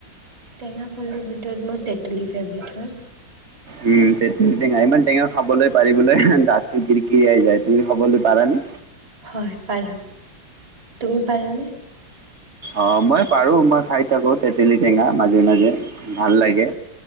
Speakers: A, on the right; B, on the right.
A: টেঙা ফলৰ ভিতৰত মোৰ তেতলী ফেভৰেট হয়।
B: উম তে টেঙা ইমান টেঙা খাবলৈ পাৰিবলে দাঁতটো কিৰকিৰাই যায় তুমি খাবলৈ পাৰা নে?
A: হয় পাৰো, তুমি পাৰানে?
B: অ মই পাৰো মই খায় থাকো তেতেলী টেঙা মাজে মাজে, ভাল লাগে